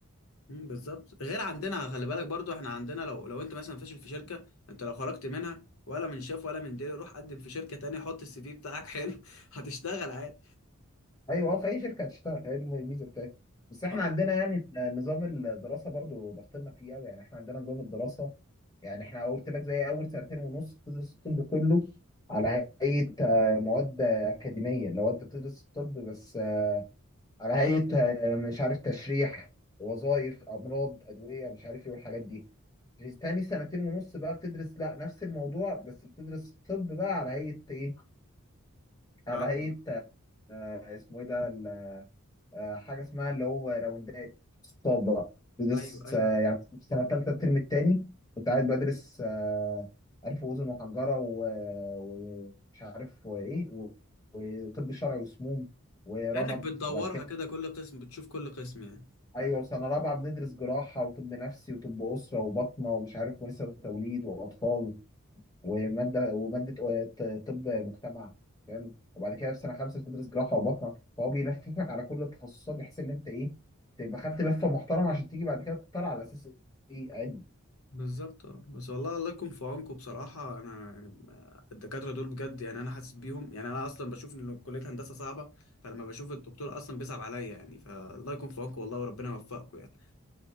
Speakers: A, on the left; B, on the left.
A: مم، بالظبط غير عندنا خلي بالك برضو احنا عندنا لو لو انت مثلا فاشل في شركه انت لو خرجت منها ولا من شاف ولا من ديري روح قدم في شركه تانية حط السي في بتاعك حلو <laughs> هتشتغل عادي
B: ايوه هو في اي شركه هتشتغل هي دي الميزه بتاعتها بس احنا
A: اه
B: عندنا يعني نظام الدراسه برضو ضغطنا فيه قوي يعني احنا عندنا نظام الدراسه يعني احنا قلت لك زي اول سنتين ونص بتدرس الطب كله على هيئه آه، مواد اكاديميه لو انت بتدرس الطب بس آه، على هيئه آه، مش عارف تشريح وظائف امراض ادويه مش عارف ايه والحاجات دي في تاني سنتين ونص بقى بتدرس لا نفس الموضوع بس بتدرس الطب بقى على هيئه ايه على
A: عملي
B: هيئه
A: بقى
B: آه، اسمه ايه ده آه، حاجه اسمها اللي هو راوندات اقتصاد بقى بدرس
A: ايوه ايوه
B: آه، يعني في سنه ثالثه الترم الثاني كنت قاعد بدرس آه، عارف واذن وحنجره و- ومش عارف وايه وطب شرعي وسموم ورمد
A: كانك بتدورها
B: وبعد كده
A: كده كل قسم بتشوف كل قسم يعني
B: ايوه وسنه رابعه بندرس جراحه وطب نفسي وطب اسره وبطنه ومش عارف ونساء وتوليد واطفال وماده وماده طب مجتمع فاهم وبعد كده في سنه خمسه بتدرس جراحه وبطنه فهو بيلففك على كل التخصصات بحيث ان انت ايه تبقى خدت لفه محترمه عشان تيجي بعد كده تختار على اساس ايه علم
A: بالظبط اه بس والله الله يكون في عونكم بصراحة أنا يعني ما- الدكاترة دول بجد يعني أنا حاسس بيهم يعني أنا أصلا بشوف إن كلية هندسة صعبة فلما بشوف الدكتور أصلا بيصعب عليا يعني فالله يكون في عونكم والله وربنا يوفقكم يعني